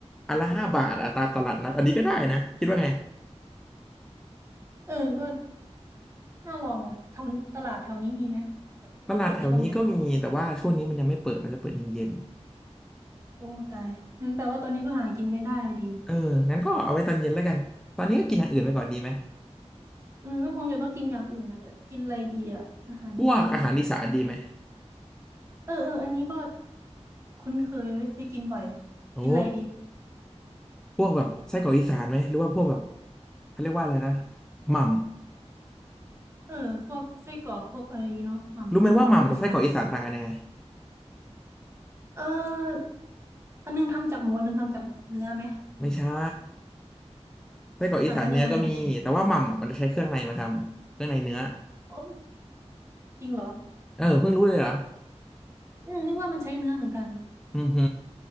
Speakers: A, in the centre; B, on the right.
A: อันละห้าบาทอะตามตลาดนัดอันนี้ก็ได้นะคิดว่าไง
B: เออก็น่าลองว่ะแถวตลาดแถวนี้มีไหมแบบที่เขาเปิดช่วงเนี้ย
A: ตลาดแถวนี้ก็มีแต่ว่าช่วงนี้มันยังไม่เปิดมันจะเปิดเย็น
B: โอ้ยตายงั้นแปลว่าตอนนี้ก็หากินไม่ได้อะดี
A: ๆเอองั้นก็เอาไว้ตอนเย็นแล้วกันตอนนี้ก็กินอย่างอื่นไปก่อนดีไหม
B: อืมก็คงจะต้องกินอย่างอื่นนะแต่กินอะไรดีอะอาหารญี่ปุ่น
A: พวกอาหารอีสานดีไหม
B: เออเอออันนี้ก็คุ้นเคยไว้ยเคยกินบ่อย
A: โอ้
B: กินอะไรดี
A: พวกแบบไส้กรอกอีสานไหมหรือว่าพวกแบบเขาเรียกว่าอะไรนะหม่
B: เออพวกไส้กรอกพวกอะไรอย่างงี้เนาะหม่ำไส้กรอกอีสาน
A: ำรู้ไหมว่าหม่ำกับไส้กรอกอีสานต่างกันยังไง
B: เอออันนึงทำจากหมูอันนึงทำจากเนื้อไหม
A: ไม่ใช่ไส้กรอกอีสานเนื้อก็มีแต่ว่าหม่ำอะมันจะใช้เครื่องในมาทำเครื่องในเนื้อ
B: ต่างกันยังไงอ่ะออจริงเหรอ
A: เออเพิ่งรู้เลยเหรอ
B: อืมนึกว่ามันใช้เนื้อเหมือนกัน
A: อือห